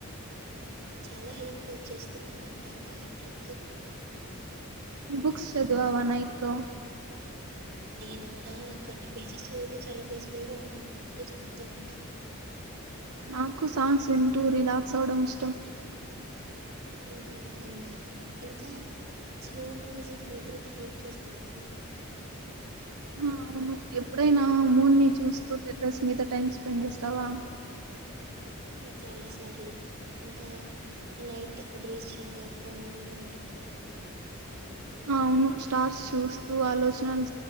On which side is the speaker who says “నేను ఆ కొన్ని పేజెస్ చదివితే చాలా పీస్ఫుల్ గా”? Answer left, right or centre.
Right